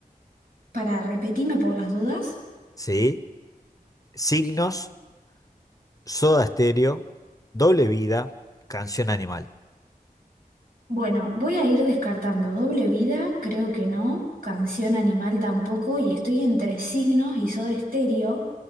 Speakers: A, on the right (about 75°); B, on the left (about 25°).
A: para repetirme por las dudas.
B: Sí. Signos, Soda Stereo, Doble Vida, Canción Animal.
A: Bueno, voy a ir descartando doble vida, creo que no, canción animal tampoco, y estoy entre signos y Soda Stereo,